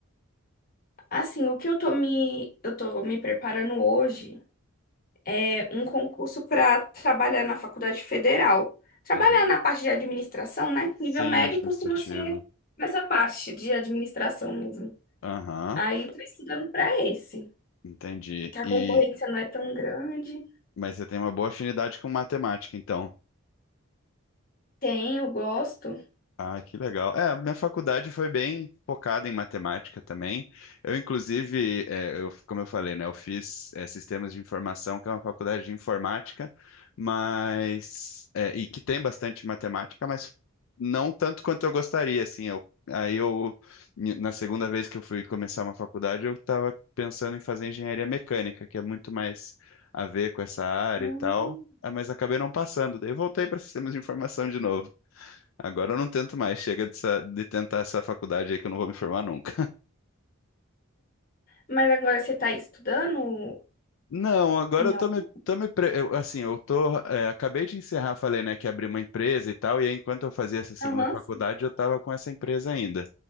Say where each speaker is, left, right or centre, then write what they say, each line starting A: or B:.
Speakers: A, on the left; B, on the left.
A: assim, o que eu tô me, eu tô me preparando hoje. é, um concurso para trabalhar na faculdade federal. Trabalhar
B: Uhum.
A: na parte de administração, né?
B: Sim,
A: Nível médio
B: no administrativo.
A: costuma ser nessa parte de administração mesmo.
B: Aham,
A: Aí tô estudando para esse,
B: entendi.
A: que a
B: E,
A: concorrência não é tão grande.
B: mas você tem uma boa afinidade com matemática, então.
A: Tenho, gosto.
B: Ah, que legal. É, minha faculdade foi bem focada em matemática também. Eu, inclusive, é, eu, como eu falei, né, eu fiz é, sistemas de informação, que é uma faculdade de informática, mas é, e que tem bastante matemática, mas não tanto quanto eu gostaria, assim. Eu, aí eu, na segunda vez que eu fui começar uma faculdade, eu estava pensando em fazer engenharia mecânica, que é muito mais a ver com essa área
A: Hum.
B: e tal. Ah, Mas acabei não passando, daí voltei para sistemas de informação de novo. Agora eu não tento mais, chega de, sa- de tentar essa faculdade aí que eu não vou me formar nunca.
A: Mas agora você está estudando
B: Não, agora
A: em
B: eu tô
A: algum?
B: me, tô me pre- eu, assim, eu tô, é, acabei de encerrar, falei, né, que abri uma empresa e tal, e aí, enquanto eu fazia essa segunda
A: Aham,
B: faculdade,
A: sim.
B: eu tava com essa empresa ainda.